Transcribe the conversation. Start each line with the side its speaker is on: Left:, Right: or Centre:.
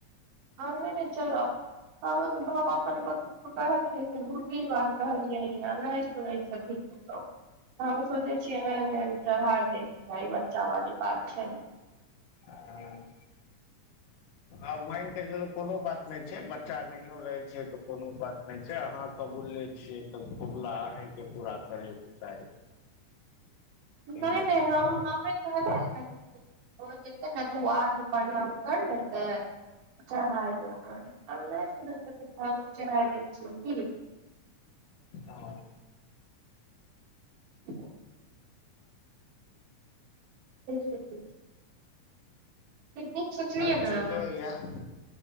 Right: हम्मे नहि चलब हम अपन हम अपन <unintelligible> गोतनी पुताह के लेके दुर तीन बार कहलियै इहां नहि सुनै छथिन कुछो हमे सोचै छियै ने अइमे अइमे चढ़ा दै चाही बच्चा वाली बात छै
Left: हं <inaudible> आ मानिके चलू कोनो बात नहि छै बच्चा नहियो रहे छै तऽ कोनो बात नहि छै अहाँ कबूलले छियै तऽ कबुला अहैंके पूरा करैके चाही
Right: <inaudible>
Left: बुझलियै
Right: नहि नहि हम हमें कहलियै ने कि भ जेतै ने त उ आ के प्रणाम कर लेतै आ चढ़ाय देतै अब नै सुनै छथिन त हमही <unintelligible> चढ़ाय दै छियै कि
Left: हं
Right: ठीक छै ठीक छै <inaudible> ई हम सोचलियै
Left: नहि
Right: न
Left: ठीके यऽ